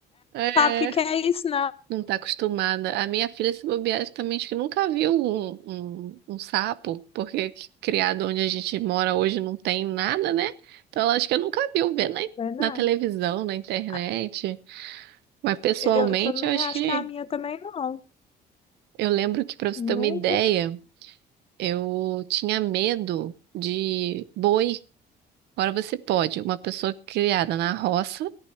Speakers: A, on the right; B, on the left.
A: É,
B: Sabe o que que é isso, não?
A: não tá acostumada. A minha filha, se bobear, também acho que nunca viu um, um, um sapo, porque criado onde a gente mora hoje não tem nada, né? Então ela acho que nunca viu ver né?
B: Verdade.
A: na televisão, na internet.
B: Ah,
A: Mas pessoalmente,
B: Eu também
A: eu acho
B: acho
A: que.
B: que a minha também não.
A: Eu lembro que, pra você
B: Nunca.
A: ter uma ideia, eu tinha medo de boi. Agora você pode, uma pessoa criada na roça,